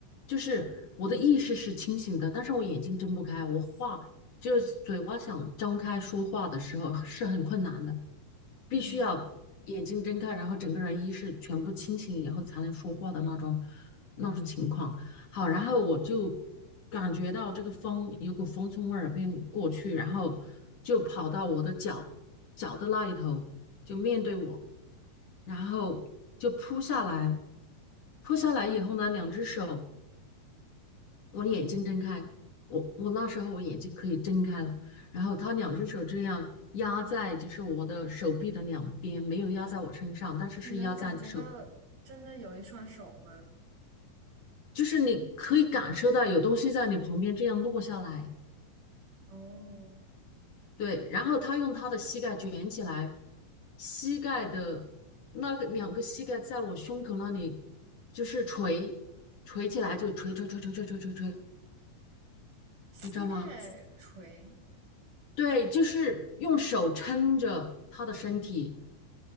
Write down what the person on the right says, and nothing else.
嗯，
你能感觉到真的有一双手吗？
哦，
膝盖垂。